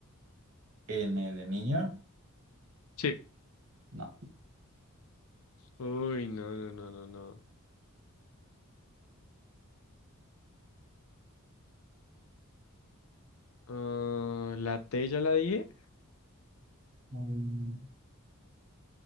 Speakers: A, on the right; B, on the left.
A: N de niño,
B: Sí.
A: no.
B: Uy, no, no, no, no, no. Ah, la T ya la dije.
A: Mm,